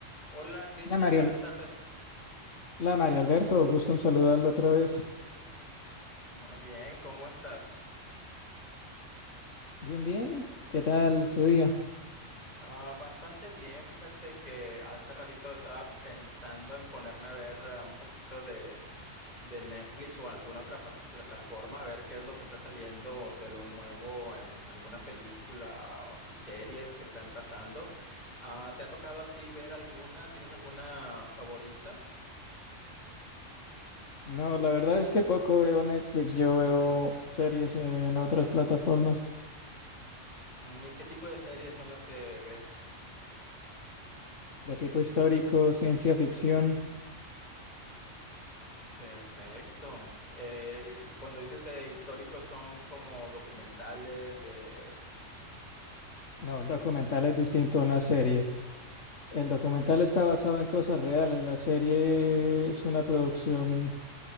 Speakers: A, on the left; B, on the left.
A: Hola Cristian,
B: La María,
A: buenas tardes.
B: la María Alberto, gusto en saludarlo otra vez.
A: Muy bien, ¿cómo estás?
B: Bien, bien, ¿qué tal su día?
A: Ah, bastante bien, fíjate que hace ratito estaba pensando en ponerme a ver ah, un poquito de, de Netflix o alguna otra fa- plataforma, a ver qué es lo que está saliendo de lo nuevo en alguna película o- y series que están pasando. Ah, ¿te ha tocado a ti ver alguna? ¿Tienes alguna favorita?
B: No, la verdad es que poco veo Netflix, yo veo series en otras plataformas
A: Mm, ¿Y qué tipo de series son las que ves?
B: de tipo histórico, ciencia ficción.
A: Perfecto. Eh, el- cuando dices de históricos son como documentales de...
B: No, un documental es distinto
A: Mm.
B: a una serie. El documental
A: Oh,
B: está basado en cosas reales, la serie es una producción